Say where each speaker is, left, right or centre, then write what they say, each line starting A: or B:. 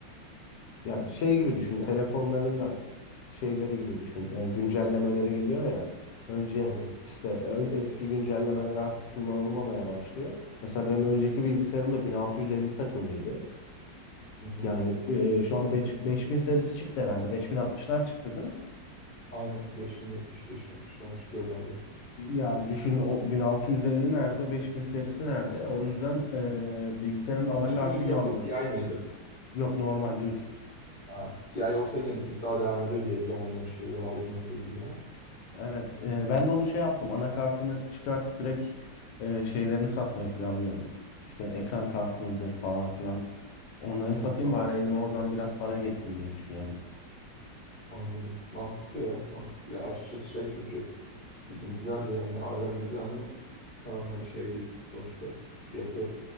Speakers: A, on the left; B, on the left.
A: Ya şey gibi düşün,
B: İlk hangisiydi
A: telefonların
B: mesela?
A: da şeyleri gibi düşün, e, güncellemeleri geliyor ya. Önce
B: Aynen.
A: işte ö- eski güncellemeler artık kullanılmamaya başlıyor. Mesela benim önceki bilgisayarım bilgisayarımda 1650 takılıydı.
B: Hı hı.
A: Yani e, şu an beş- 5000 serisi çıktı herhalde. 5060'lar çıktı değil mi?
B: Aynen. 5070, 5060 falan çıkıyor galiba.
A: Yani düşün o 1650 nerede, 5000 serisi nerede? O yüzden e, bilgisayarın anakartı
B: Düz müydü
A: yandı.
B: yoksa TI mıydı?
A: Yok normal düz.
B: Ha, TI olsa yine bir tık daha devam ediyor diye biliyorum onların şey daha uzun ömürlü diye ama.
A: Evet, e, ben de onu şey yaptım. Anakartını çıkartıp direkt e, şeylerini satmayı planlıyorum. İşte ekran kartınıdır falan filan. Onları
B: Hmm,
A: satayım
B: anladım.
A: bari elime oradan biraz para geçsin diye düşünüyorum.
B: Anladım. Mantıklı ya. Mantıklı ya. Açıkçası şey çünkü bizimkiler de yani ailemde de hani tamam hani şey değil sonuçta fiyatı